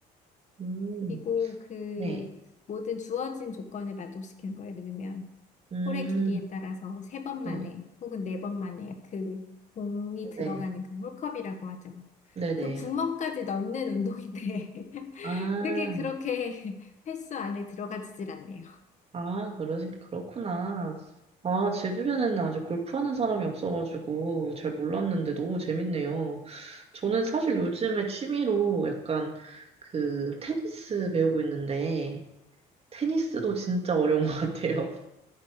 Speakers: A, on the right; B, on the left.
A: 음,
B: 그리고 그
A: 네,
B: 모든 주어진 조건을 만족시키는 거예요. 예를 들면
A: 음,
B: 홀의 길이에 따라서 세 번 만에
A: 네,
B: 혹은 네 번 만에 그 공이 들어가는
A: 네,
B: 그 홀컵이라고 하죠.
A: 네네.
B: 그 구멍까지 넣는 운동인데 <laughs>
A: 아,
B: 그게 그렇게 <laughs> 횟수 안에 들어가지질 않네요.
A: 아, 그러, 그렇구나. 아, 제 주변에는 아직 골프하는 사람이 없어가지고 잘 몰랐는데 너무 재밌네요. 저는 사실 요즘에 취미로 약간 그 테니스 배우고 있는데, 테니스도 진짜 어려운 것 같아요.